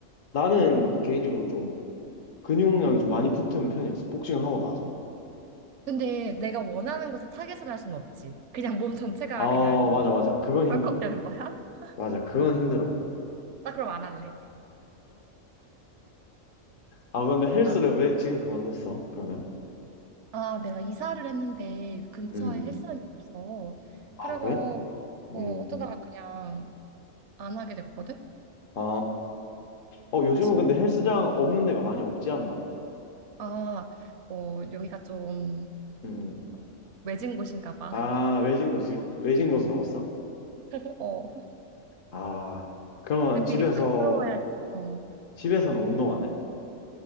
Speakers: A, on the left; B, on the right.
A: 나는 개인적으로 좀 근육량이 좀 많이 붙은 편이었어. 복싱을 하고 나서.
B: 근데 내가 원하는 곳에 타겟을 할 수는 없지. 그냥 몸 전체가
A: 아,
B: 그냥
A: 맞아, 맞아. 그건
B: 벌컥
A: 힘들어.
B: 되는 거야? <laughs>
A: 맞아, 그건 힘들어.
B: 나 그럼 안 할래.
A: 아, 근데 헬스를
B: 아,
A: 왜 지금 그만뒀어? 그러면?
B: 아, 내가 이사를 했는데 근처에
A: 음.
B: 헬스장이 없어.
A: 아,
B: 그래서
A: 그래? 음.
B: 어, 어쩌다가 그냥 안 하게 됐거든.
A: 아, 어, 요즘은
B: 사실
A: 근데 헬스장 없는 데가 많이 없지 않나?
B: 아, 어, 여기가 좀
A: 음, 음.
B: 외진 곳인가 봐.
A: 아, 외진 곳, 외진 곳으로 갔어?
B: <laughs> 어.
A: 아, 그러면
B: 근데
A: 집에서,
B: 이게 가까워야지. 어.
A: 집에서는 운동 안 해?